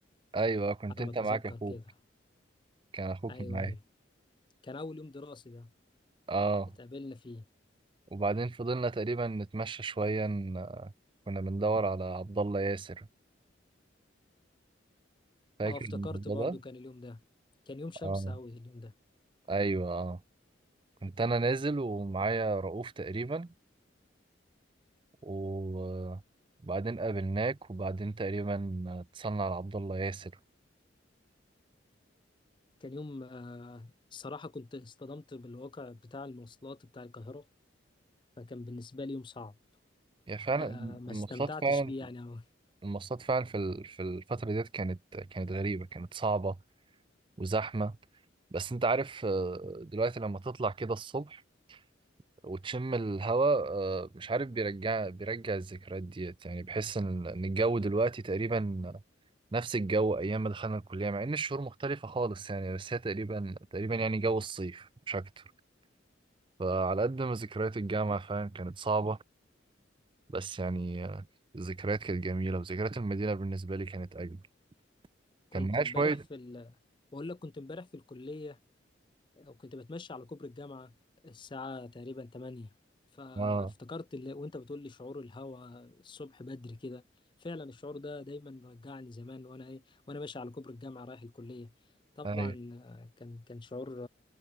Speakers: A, on the right; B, on the left.
A: ايوه كنت
B: على
A: انت
B: ما اتذكر
A: معاك اخوك
B: كده
A: كان اخوك
B: ايوه
A: معايا
B: ايوه كان اول يوم دراسي ده
A: اه
B: اتقابلنا فيه
A: وبعدين فضلنا تقريبا نتمشى شويه ن- كنا بندور على عبد الله ياسر فاكر
B: اه افتكرت
A: الموضوع
B: برضو
A: ده
B: كان اليوم ده كان يوم شمس
A: اه
B: اوي اليوم ده
A: ايوه اه كنت انا نازل ومعايا رؤوف تقريبا وبعدين قابلناك وبعدين تقريبا اتصلنا على عبد الله ياسر
B: كان يوم آه، الصراحة كنت اصطدمت بالواقع بتاع المواصلات بتاع القاهرة فكان بالنسبة لي يوم صعب
A: هي فعلا
B: آه، ما
A: المواصلات
B: استمتعتش
A: فعلا
B: بيه يعني أوي.
A: المواصلات فعلا في ال- في الفترة ديت كانت كانت غريبة كانت صعبة وزحمة بس انت عارف آه، دلوقتي لما تطلع كده الصبح وتشم الهواء آه، مش عارف بيرجع بيرجع الذكريات ديت يعني بحس ان إن الجو دلوقتي تقريبا نفس الجو ايام ما دخلنا الكلية مع ان الشهور مختلفة خالص يعني بس هي تقريبا تقريبا يعني جو الصيف مش اكتر فعلى قد ما ذكريات الجامعة فاهم كانت صعبة بس يعني آه، الذكريات كانت جميلة وذكريات المدينة بالنسبة لي كانت أجمل
B: كنت
A: كان معايا
B: امبارح
A: شوية
B: في ال... بقول لك كنت امبارح في الكلية وكنت بتمشى على كوبري الجامعة الساعة تقريبا 8 فافتكرت
A: اه
B: اللي... وانت بتقول لي شعور الهوا الصبح بدري كده فعلا الشعور ده دايما بيرجعني زمان وانا ايه وانا ماشي على كوبري الجامعة رايح الكلية طبعا
A: أيوة
B: آه، كان كان شعور